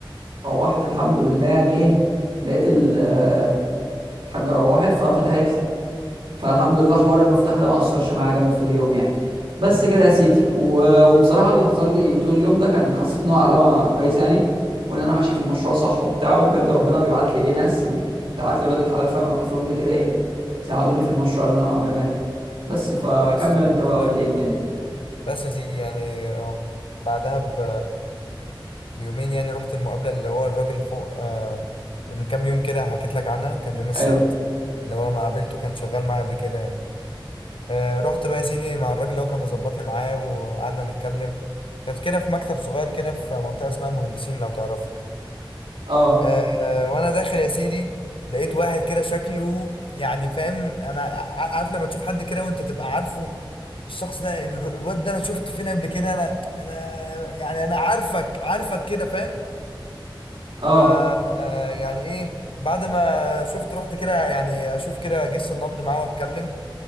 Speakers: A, on the right; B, on the left.
A: وروحت الحمد لله يعني ايه لقيت ال- آه، الحاجه روحت ففتحت لي فالحمد لله حوار المفتاح ده ما اثرش معايا جامد في اليوم يعني بس
B: طب الحمد
A: كده يا سيدي
B: لله
A: و- وبصراحه اللي حصل لي طول اليوم ده كان حسيت ان هو علامه كويسه يعني وان انا ماشي في المشروع صح وبتاع وبجد ربنا بيبعت لي ايه ناس بتبعت لي ولاد الحلال فاهم يوقفهم لي كده ايه يساعدوني في المشروع اللي انا بعمله يعني بس فكمل
B: طب كويس
A: انت
B: الحمد
A: بقى
B: لله
A: قول لي ايه الدنيا
B: بس يا سيدي يعني أهو. بعدها ب بيومين يعني رحت المقابلة اللي هو الراجل فوق آه من كام يوم كده حكيت لك عنها كان يوم السبت
A: حلو
B: اللي هو ما قابلته كان شغال معايا قبل كده يعني آه، رحت بقى يا سيدي مع الراجل اللي هو كان مظبط لي معاه وقعدنا نتكلم كانت كده في مكتب صغير كده في منطقة اسمها المهندسين لو تعرفها
A: اه
B: أه وانا داخل يا سيدي لقيت واحد كده شكله يعني فاهم انا ع- عارف لما تشوف حد كده وانت تبقى عارفه الشخص ده الر- الواد ده انا شفته فين قبل كده انا انا يعني انا عارفك عارفك كده فاهم
A: اه
B: ف آه، يعني ايه بعد ما شفت رحت كده يعني اشوف كده جس النبض معاه واتكلم